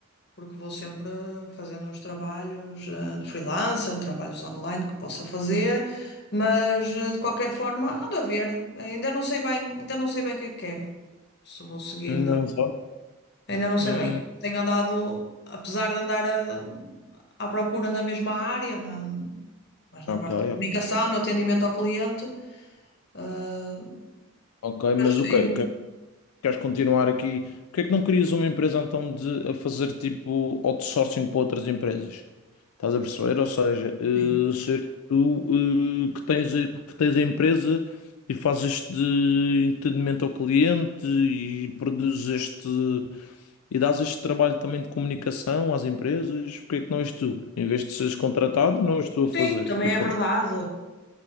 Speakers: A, on the left; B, on the left.
A: porque vou sempre fazendo uns trabalhos eh, de freelancer, trabalhos online que possa fazer, mas eh, de qualquer forma ando a ver. Ainda não sei bem, ainda não sei bem o que é que quero. Se vou seguir
B: Ainda
A: na.
B: não sabe.
A: Ainda não sei
B: Hum,
A: bem. Tenho andado, apesar de andar a- à procura na mesma área, na- mas na
B: ok,
A: parte de comunicação,
B: ok.
A: no atendimento ao cliente. Ah,
B: Ok, mas
A: mas,
B: o quê?
A: em-
B: Que- Queres continuar aqui? porque é que não crias uma empresa então de, a fazer tipo outsourcing para outras empresas? Estás a perceber? Ou seja, eh,
A: sim,
B: ser tu eh, que tens, a- que tens a empresa e fazes este entendimento ao cliente e produzes este. E dás este trabalho também de comunicação às empresas, porque é que não és tu? Em vez de seres contratado, não és tu a fazer.
A: Sim, também
B: E a
A: é verdade.